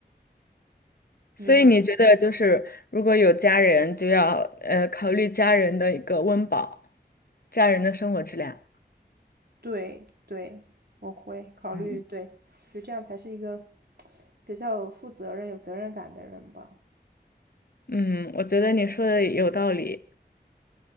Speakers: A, on the right; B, on the left.
A: 你呢？
B: 所以你觉得就是如果有家人，就要呃考虑家人的一个温饱，家人的生活质量。
A: 对对，我会考虑，
B: 嗯
A: 对，就这样才是一个比较有负责任、有责任感的人吧。
B: 嗯，我觉得你说的有道理。